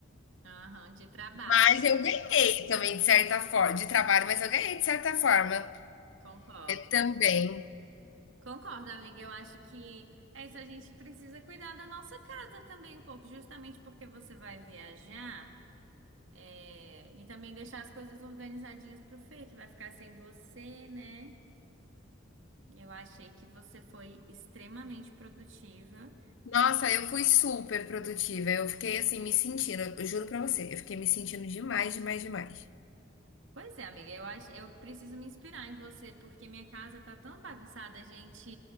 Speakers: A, on the right; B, on the left.
A: Aham, de trabalho,
B: mas eu
A: né?
B: ganhei também de certa forma de trabalho, mas eu ganhei de certa forma
A: Concordo.
B: também.
A: Concordo, amiga. Eu acho que é isso. A gente precisa cuidar da nossa casa também um pouco, justamente porque você vai viajar, é, e também deixar as coisas organizadinhas pro Fê, que vai ficar sem você, né? Eu achei que você foi extremamente produtiva.
B: Nossa, eu fui super produtiva, eu fiquei, assim, me sentindo eu juro pra você, eu fiquei me sentindo demais, demais, demais.
A: Pois é, amiga, eu acho, eu preciso me inspirar em você, porque minha casa tá tão bagunçada, a gente